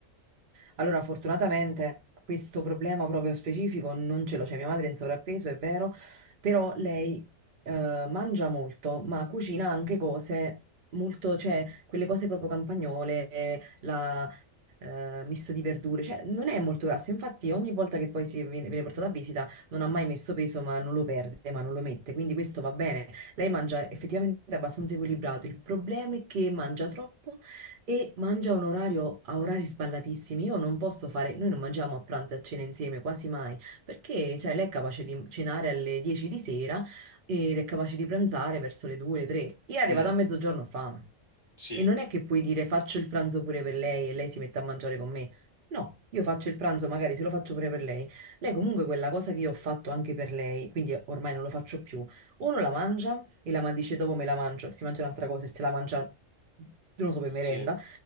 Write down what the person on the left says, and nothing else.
Mm,
sì,
sì.